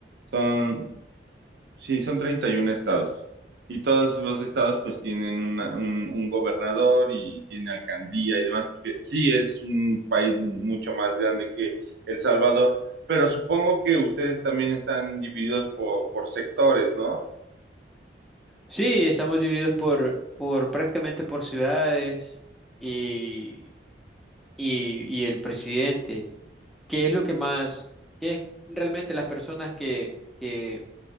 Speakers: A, on the right (about 60°); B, in the centre.
A: Son, sí, son 31 estados. Y todos los estados pues tienen una- un, un gobernador y tiene alcaldía y demás, porque sí es un país mucho más grande que El Salvador, pero supongo que ustedes también están divididos por, por sectores, ¿no?
B: Sí, estamos divididos por, por prácticamente por ciudades y y, y el presidente. ¿Qué es lo que más, qué es realmente las personas que, que,